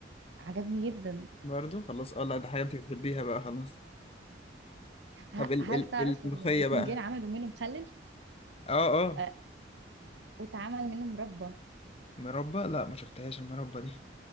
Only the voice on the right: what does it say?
عجبني جدا
ه-
هل
تعرف
إن البتنجان
عملوا منه مخلل
آه واتعمل منه مربى